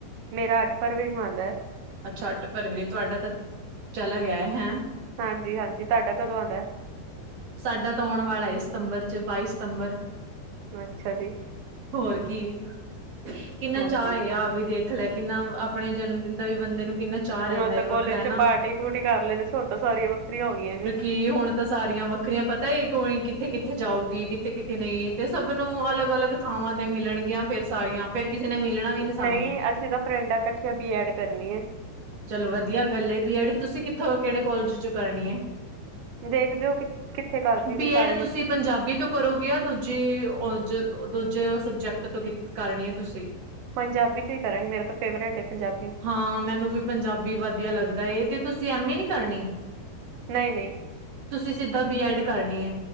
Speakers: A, on the right; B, on the right.
A: ਮੇਰਾ ਅੱਠ ਫਰਵਰੀ ਨੂੰ ਆਦਾ
B: ਅੱਛਾ ਅੱਠ ਫਰਵਰੀ ਤੁਹਾਡਾ ਤਾਂ ਚਲਾ ਗਿਆ ਹੈ ਹੈਂ
A: ਹਾਂਜੀ-ਹਾਂਜੀ ਤਾਡਾ ਕਦੋਂ ਆਂਦਾ।
B: ਸਾਡਾ ਤਾਂ ਆਉਣ ਵਾਲਾ ਸਤੰਬਰ' ਚ ਬਾਈ ਸਤੰਬਰ
A: ਅੱਛਾ ਜੀ।
B: ਹੋਰ ਕੀ ਕਿੰਨਾ
A: ਹਾਂਜੀ
B: ਚਾਹ ਹੈਗਾ ਵੀ ਦੇਖ ਲੈ ਕਿੰਨਾ ਆਪਣੇ ਜਨਮ ਦਿਨ ਦਾ ਵੀ ਬੰਦੇ ਨੂੰ ਕਿੰਨਾ ਚਾਅ ਰਹਿੰਦਾ
A: ਹੋਰ
B: ਏ
A: ਤਾਂ ਕੋਲੇਜ
B: ਵੱਖਰਾ ਨਾ।
A: 'ਚ ਪਾਰਟੀ ਪੂਟੀ ਕਰ ਲੈਣੇ ਸੀ ਹੁਣ ਤਾਂ ਸਾਰੀਆਂ ਵੱਖਰੀਆਂ ਹੋ ਗਈਆਂ ਨੇ।
B: ਕਿ ਹੁਣ ਤਾਂ ਸਾਰੀਆਂ ਵੱਖਰੀਆਂ ਪਤਾ ਕੋਈ ਕਿੱਥੇ-ਕਿੱਥੇ ਜਾਊਗੀ ਕਿੱਥੇ-ਕਿੱਥੇ ਨਈ। ਤੇ ਸਭ ਨੂੰ ਅਲੱਗ-ਅਲੱਗ ਥਾਵਾਂ ਤੇ ਮਿਲਣਗੀਆਂ ਫਿਰ ਸਾਰੀਆਂ ਫੇਰ ਕਿਸੇ ਨੇ ਵੀ ਮਿਲਣਾ ਨੀ ਸਾਨੂੰ।
A: ਨਈ ਅਸੀਂ ਤਾਂ ਫਰੈਂਡਾਂ ਕੱਠੀਆਂ ਬੀ ਐਡ ਕਰਨੀ ਏ।
B: ਚਲੋ ਵਧੀਆ ਗੱਲ ਬੀ ਐਡ ਤੁਸੀਂ ਕਿੱਥੋਂ ਕਿਹੜੇ ਕੋਾਲਜ ਚੋਂ ਕਰਨੀ ਏ।
A: ਦੇਖਦੇ ਹੋ ਕਿ ਕਿੱਥੇ ਕਰਦੀਆਂ
B: ਬੀ
A: ਨੇ ਸਾਰੀਆਂ
B: ਐਡ ਤੁਸੀਂ ਪੰਜਾਬੀ ਤੋਂ ਕਰੋਗੇ ਦੂਜੀ ਜ ਦੂਜੇ ਸਬਜੈਕਟ ਤੋਂ ਕਰਨੀ ਐ ਤੁਸੀਂ
A: ਪੰਜਾਬੀ 'ਚ ਈ ਕਰਾਂਗੇ ਮੇਰੇ ਤੋਂ ਫੇਵਰੇਟ ਏ ਪੰਜਾਬੀ
B: ਹਾਂ ਮੈਨੂੰ ਵੀ ਪੰਜਾਬੀ ਵਧੀਆ ਲੱਗਦਾ ਏ ਤੇ ਤੁਸੀਂ ਐਮ ਏ ਨੀ ਕਰਨੀ।
A: ਨਈ-ਨਈ
B: ਤੁਸੀਂ ਸਿੱਧਾ ਬੀ ਐਡ ਕਰਨੀ ਏ।